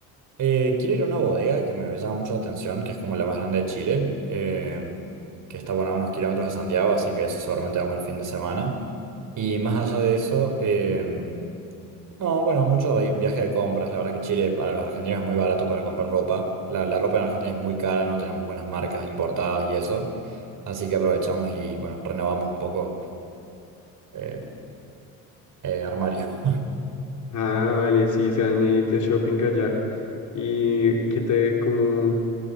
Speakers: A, on the right; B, on the left.
A: Eh, quiero ir a una bodega que me llama mucho la atención, que es como la más grande de Chile, eh, que está, bueno, a unos kilómetros de Santiago, así que eso seguramente vamos el fin de semana. Y más allá de eso, em, No, bueno, mucho i- viaje de compras. La verdad que Chile para los argentinos es muy barato para comprar ropa. La, la ropa en Argentina es muy cara, no tenemos buenas marcas importadas y eso. Así que aprovechamos y, bueno, renovamos un poco eh, eh, armario. <laughs>
B: Ah, vale, sí, se van a ir de shopping allá. ¿Y qué te, como,